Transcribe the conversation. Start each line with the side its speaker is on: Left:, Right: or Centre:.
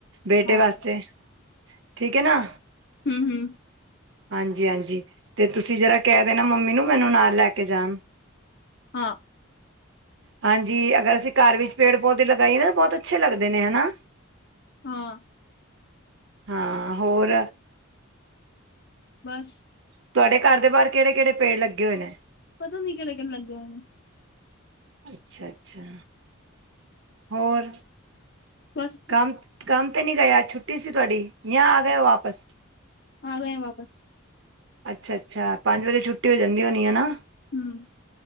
Right: ਬੇਟੇ
Left: ਹਾਂ
Right: ਵਾਸਤੇ। ਠੀਕ ਏ ਨਾ।
Left: ਹੂੰ ਹੂੰ।
Right: ਹਾਂਜੀ ਹਾਂਜੀ, ਤੇ ਤੁਸੀਂ ਜਿਰਾ ਕੈ ਦੇਣਾ ਮੰਮੀ ਨੂੰ ਮੈਨੂੰ ਨਾਲ ਲੈ ਕੇ ਜਾਣ।
Left: ਹਾਂ।
Right: ਹਾਂਜੀ ਅਗਰ ਅਸੀਂ ਕੱਰ ਵਿੱਚ ਪੇੜ ਪੌਦੇ ਲਗਾਈਏ ਨਾ ਬਹੁਤ ਅੱਛੇ ਲੱਗਦੇ ਨੇ ਹਨਾ।
Left: ਹਾਂ।
Right: ਹਾਂ ਹੋਰ
Left: ਬਸ।
Right: ਤੁਵਾਡੇ ਕੱਰ ਦੇ ਬਾਰ ਕੇੜੇ ਕੇੜੇ ਪੇੜ ਲੱਗੇ ਹੋਏ ਨੇ
Left: ਪਤਾ ਨੀ ਕੇੜੇ ਕੇੜੇ ਲੱਗੇ ਹੋਏ ਨੇ।
Right: ਅੱਛਾ ਅੱਛਾ। ਹੋਰ।
Left: ਬਸ
Right: ਕਾਮ ਕਾਮ ਤੇ ਨੀ ਗਏ ਅਜ ਛੁੱਟੀ ਸੀ ਤੁਵਾਡੀ ਯਾਂ ਆ ਗਏ ਓ ਵਾਪਸ।
Left: ਆ ਗਏ ਵਾਪਸ।
Right: ਅੱਛਾ ਅੱਛਾ, ਪੰਜ ਵਜੇ ਛੁੱਟੀ ਹੋ ਜਾਂਦੀ ਹੋਣੀ ਹੈ ਨਾ।
Left: ਹੂੰ।